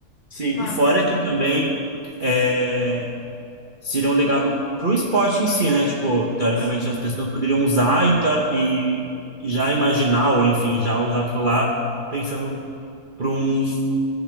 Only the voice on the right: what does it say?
sim.
E fora
que também é, seria um legado pro esporte em si, né? Tipo, teoricamente
as pessoas poderiam usar e, teo- e já imaginar, ou enfim, já usar aquilo lá pensando para um,